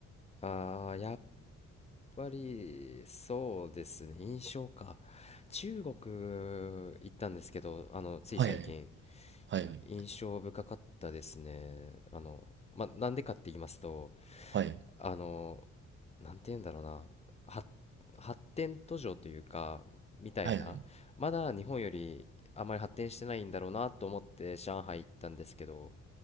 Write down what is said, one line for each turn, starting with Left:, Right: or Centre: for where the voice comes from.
Left: あー、やっぱり、そうですね、印象か。中国行ったんですけど、あの、つい最近、
Right: いはいはい
Left: 印象深かったですね。あの、まあ、なんでかって言いますと、
Right: はいはい
Left: あの、なんて言うんだろうな発発展途上というかみたいなまだ日本よりあまり発展してないんだろうなと思って上海行ったんですけど
Right: はいはい